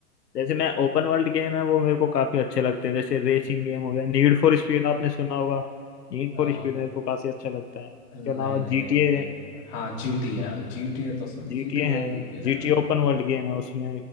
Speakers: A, on the left; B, on the left.
A: जैसे मैं ओपन वर्ल्ड गेम है वो मेरे को काफी अच्छे लगते हैं जैसे रेसिंग गेम हो गया नीड फॉर स्पीड आपने सुना होगा नीड
B: क्या
A: फॉर स्पीड मेरे को काफी अच्छा लगता है इसके
B: नहीं
A: अलावा जीटीए
B: नहीं नहीं मैंने नहीं पढ़ा हाँ जी टी है हाँ जी टी है तो सुन
A: जीटीए
B: जी टी भाई
A: है
B: खूब खेला
A: जीटीए
B: है मैंने
A: open world game है उसमें